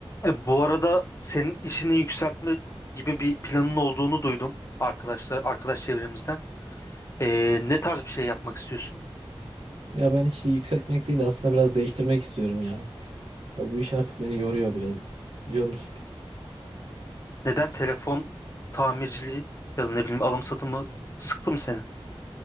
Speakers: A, on the left; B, on the right.
A: E, bu arada senin işini yükseltme gibi bir planın olduğunu duydum arkadaşlar arkadaş çevremizden. E, ne tarz bir şey yapmak istiyorsun?
B: Ya ben işi yükseltmek değil de aslında biraz değiştirmek istiyorum ya. Ya bu iş artık beni yoruyor biraz biliyor musun?
A: Neden telefon tamirciliği ya da ne bileyim alım satımı sıktı mı seni?